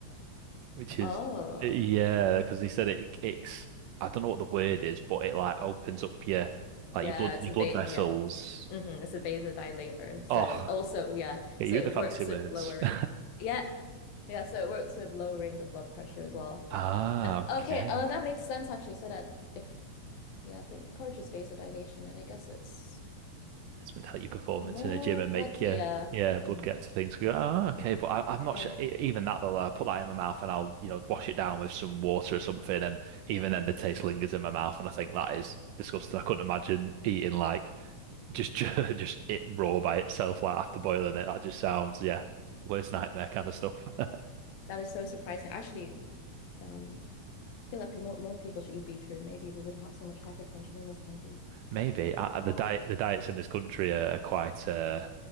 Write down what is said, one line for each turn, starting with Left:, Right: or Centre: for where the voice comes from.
Right: which is
Left: oh,
Right: yeah, because they said it it's I don't know what the word is, but it like opens up your
Left: yeah,
Right: like your blood
Left: it's
Right: your
Left: a
Right: blood
Left: va
Right: vessels.
Left: yeah. hmm It's a vasodilator. So
Right: Oh,
Left: it also, yeah.
Right: yeah,
Left: So
Right: you
Left: it
Right: and the fancy
Left: works
Right: words.
Left: with lowering.
Right: <laughs>
Left: Yeah. Yeah, so it works with lowering the blood pressure as well.
Right: Ah,
Left: And-
Right: okay.
Left: Okay, uh, that makes sense actually. So that if, yeah, if it encourages vasodilation, and I guess it's
Right: it's meant to help your performance
Left: more
Right: in a gym and
Left: blood
Right: make
Left: flow.
Right: your
Left: Yeah.
Right: yeah blood
Left: hmm
Right: get to things. You go, oh, okay, but I,
Left: Okay,
Right: I'm not sure. E- Even that though, I put that in my mouth and I'll you know wash it down with some water or something, and even then the taste lingers in my mouth, and I think that is disgusting. I couldn't imagine eating like just <laughs> just it raw by itself, like after boiling it. That just sounds yeah. Worst nightmare kind of stuff. <laughs>
Left: that is so surprising. Actually, um, I feel like more more people should eat beetroot. Maybe we wouldn't have so much hypertension in this country.
Right: Maybe I, I-
Left: Oh
Right: the diet the diets in this country are, are quite uh